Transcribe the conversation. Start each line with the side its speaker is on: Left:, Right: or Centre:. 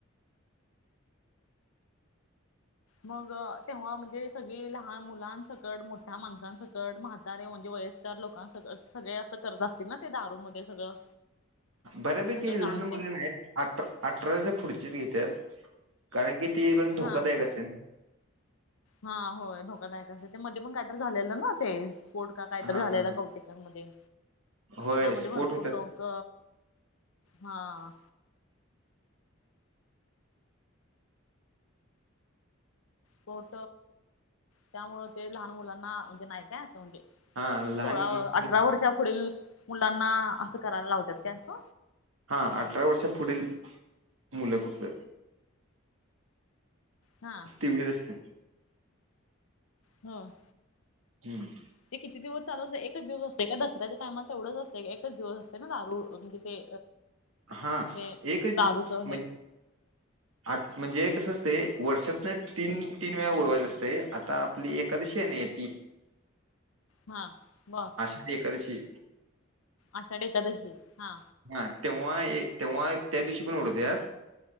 Left: मग तेव्हा म्हणजे. सगळी लहान मुलांन सकट. मोठ्या माणसांन सकट. म्हा तारे म्हणजे वयस्कार लोकां अस. सगळे असं करत असतील ना. ते दारूमध्ये सगळं.
Right: बऱ्यापैकी
Left: सगळं
Right: लहान
Left: काम
Right: मुलंना
Left: ते
Right: नाहीत. अठरा अठराच्या पुढचीच घेत्यात. कारण की. ती पण धोकादायक
Left: हा
Right: असतेन.
Left: हा होय. धोकादायक असते. मध्ये पण काहीतरी झालेलं ना ते. पोट का काहीतरी
Right: हा
Left: झालेलं
Right: हा
Left: बवुतेक. मध्ये.
Right: होय
Left: त्यामध्ये
Right: स्पोर्ट
Left: भरपूर
Right: होतात
Left: लोक. हा. कोट. त्यामुळं ते लहान मुलांना. म्हणजे नाही काय. असं म्हणजे.
Right: हा लहान
Left: सोळा.
Right: मुलां
Left: अठरा वर्षा पुढील मुलांना. असं करायला लावतात का? असं.
Right: हा. अठरा वर्षा पुढील. मुलं फक्त.
Left: हा
Right: तेवढे असते.
Left: ह.
Right: हम्म.
Left: ते किती दिवस चालू असते एकच दिवस असते का दसऱ्याच्या टायमाला तर तेवढंच असते एकच दिवस असते ना दारू म्हणजे. ते
Right: हा
Left: ते
Right: एकच
Left: दारूच
Right: म्हणजे
Left: हे
Right: आठ म्हणजे कसं असते वर्षात नाही तीन तीन वेळा ओडवायच असते आता आपली एकादशीे नाही य ती
Left: हा बर.
Right: आषाढी एकादशी.
Left: आषाढी एकादशी हा.
Right: हा तेव्हा एक तेव्हा त्या दिवशी पण ओढवत या